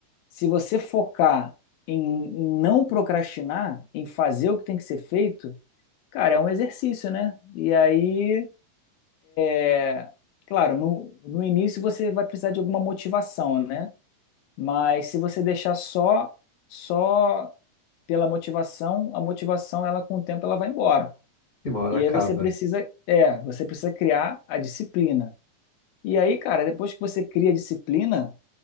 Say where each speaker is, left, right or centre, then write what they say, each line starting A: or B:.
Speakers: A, on the left; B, on the left.
A: Se você focar em em não procrastinar, em fazer o que tem que ser feito, cara, é um exercício, né? E aí, é, claro, no, no início você vai precisar de alguma motivação, né? Mas se você deixar só só pela motivação, a motivação ela com o tempo ela vai embora.
B: Sim, uma hora
A: E
B: acaba.
A: aí você precisa, é, você precisa criar a disciplina. E aí, cara, depois que você cria a disciplina,